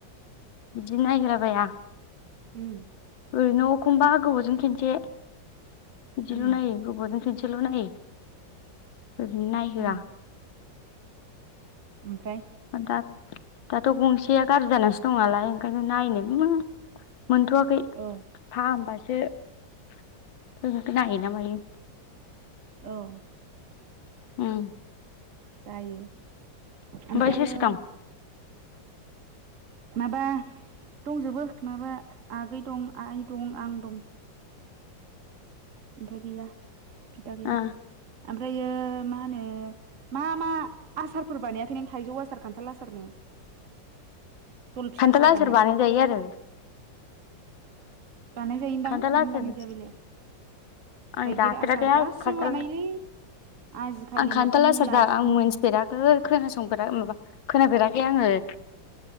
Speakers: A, on the left; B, on the right.
A: बिदिनो नायहोला बाया
B: उम
A: ओरैनो एखमबा गोबावजों खेनसे बिदिल'
B: उम
A: नायो गोबावजों खिनसेल' नायो ओरैनो नायहोआ
B: उम ओमफ्राय
A: दा दाथ' गंसेया गाज्रि जानसो दं नालाय ओंखायनो नायनोबो मोनथ'वाखै
B: औ
A: फाहामबाय सो नायोना मायो
B: औ
A: उम
B: जायो ओमफ्रायो
A: ओमफ्राय सोर सोर दं
B: माबा दंजोबो माबा आगै दं आइ दं आं दं ओमफाय गैया बिदा गैया
A: ओ
B: ओमफ्रायो मा होनो मा मा आसारफोर बानायाखै नों थाइजौ आसार खोनथाल आसारनो जलफिया
A: खान्थाल
B: आसार बानायाखै
A: बानाय जायो आरो
B: बानाय जायोनदां
A: खान्थाल
B: मानो
A: आसार
B: बानायजाया बेलाय
A: आं
B: थाइगिर
A: जाफेराखैहाय
B: आसार गासिबो
A: खान्थाल
B: बानायोलै आजिखालि
A: आं खानथाला
B: माबा मुला
A: सार दा आं
B: मुला
A: मोनथिफेराखै खोनासंफेरा माबा खोनाफेराखै दे आङो